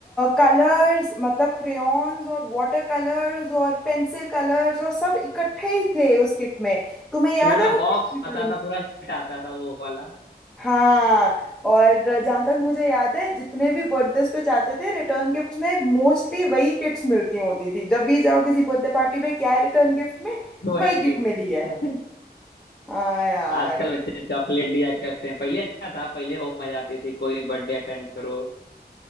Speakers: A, in the centre; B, on the left (about 70°).
A: कलर्स मतलब क्रेयॉन्स और वाटर कलर्स और पेंसिल कलर्स और सब इकट्ठे ही थे उस किट में तुम्हें याद
B: पूरा
A: है वो
B: बॉक्स
A: किट के
B: आता
A: बारे में
B: था पूरा सेट आता था वो वाला
A: हाँ और जहाँ तक मुझे याद है जितने भी बर्थडेज पे जाते थे रिटर्न गिफ्ट में मोस्टली वही किट्स मिलती होती थी जब भी जाओ किसी बर्थडे पार्टी पे क्या है रिटर्न गिफ्ट में
B: <laughs> वही
A: वही
B: कि-
A: किट मिली है हाँ यार
B: आजकल बच्चे चॉकलेट दिया करते हैं पहले अच्छा था पहले बहुत मजा आती थी कोई बर्थडे अटेंड करो